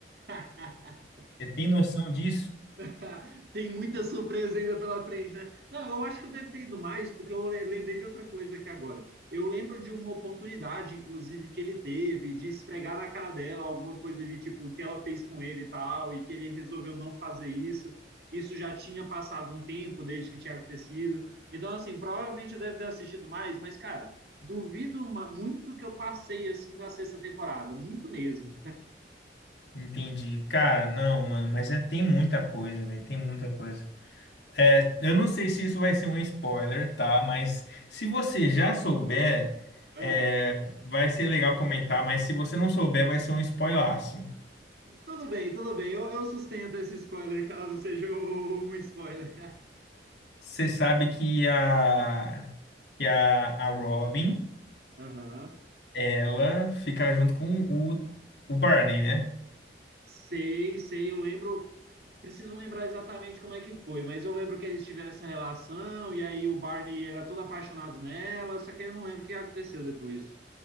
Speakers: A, on the right; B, on the left.
A: <laughs>
B: Você tem noção disso?
A: <laughs> Tem muita surpresa ainda pela frente, né? Não, eu acho que eu devo ter ido mais, porque eu lembrei de outra coisa aqui agora. Eu lembro de uma oportunidade, inclusive, que ele teve de esfregar na cara dela alguma coisa de tipo o que ela fez com ele e tal, e que ele resolveu não fazer isso. Isso já tinha passado um tempo desde que tinha acontecido. Então, assim, provavelmente eu devo ter assistido mais, mas, cara, duvido muito que eu passei assim da sexta temporada, muito mesmo.
B: Entendi. Cara, não, mano, mas é, tem muita coisa, velho, tem muita coisa. É, eu não sei se isso vai ser um spoiler, tá? Mas se você já souber,
A: Ah.
B: é, vai ser legal comentar, mas se você não souber, vai ser um spoilaço.
A: Tudo bem, tudo bem. Eu, eu sustento esse spoiler, caso seja <laughs> o- um spoiler.
B: Você sabe que a, que a, a Robin,
A: <laughs> Aham.
B: ela fica junto com o, o Barney, né?
A: Sei, sei, eu lembro. Preciso lembrar exatamente como é que foi, mas eu lembro que eles tiveram essa relação e aí o Barney era todo apaixonado nela, só que eu não lembro o que aconteceu depois.